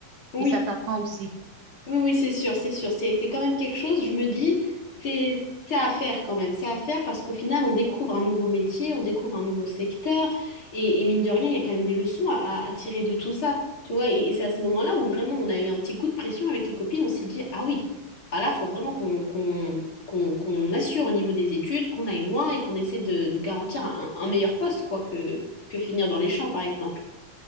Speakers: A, on the left; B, on the right.
A: Oui.
B: Et ça t'apprend aussi. <laughs>
A: Oui, oui, c'est sûr, c'est sûr. C'est, c'est quand même quelque chose, je me dis, c'est, c'est à faire quand même. C'est à faire parce qu'au final, on découvre un nouveau métier, on découvre un nouveau secteur. Et, et mine de rien, il y a quand même des leçons à, à- à tirer de tout ça. Tu vois, et, et c'est à ce moment-là où vraiment on a eu un petit coup de pression avec les copines. On s'est dit, ah oui, ah là, faut vraiment qu'on qu'on, qu'on, qu'on assure au niveau des études, qu'on aille loin et qu'on essaie de nous garantir un, un meilleur poste, quoi, que, que finir dans les champs, par exemple.